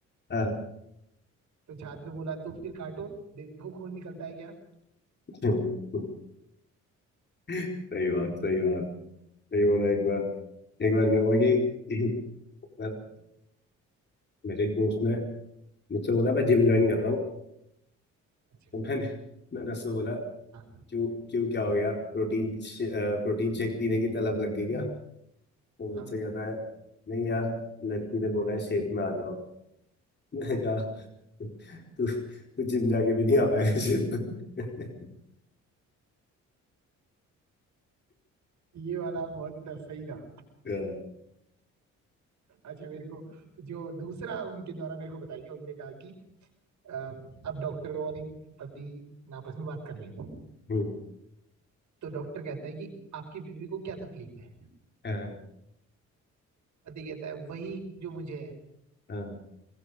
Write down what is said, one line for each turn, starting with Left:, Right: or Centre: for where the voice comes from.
Left: हाँ,
Right: तो छात्र बोला तो फिर काटो देखो खून निकलता है क्या
Left: हम्म, हम्म, सही बात सही बात सही बोला एक बार एक बार क्या हुआ कि एक बार मेरे एक दोस्त ने मुझसे बोला मैं जिम ज्वाइन कर रहा हूँ
Right: अच्छा
Left: तो मैंने मैंने उससे बोला
Right: हाँ
Left: क्यों क्यों क्या हो गया प्रोटीन प्रोटीन शेक पीने की तलब लग गई क्या तो
Right: हाँ
Left: मुझसे कह रहा है नहीं यार लड़की ने बोला है शेप में आ जाओ मैंने कहा तू तू जिम जाके भी नहीं आ पाएगा शेप में
Right: ये वाला बहुत सही था
Left: हाँ,
Right: अच्छा मेरे को जो दूसरा उनके द्वारा मेरे को बताया गया उनने कहा कि अ, अब डॉक्टर और एक पति आपस में बात कर रहे हैं
Left: हम्म,
Right: तो डॉक्टर कहता है कि आपकी बीवी को क्या तकलीफ है
Left: हाँ,
Right: पति कहता है वही जो मुझे है
Left: हाँ,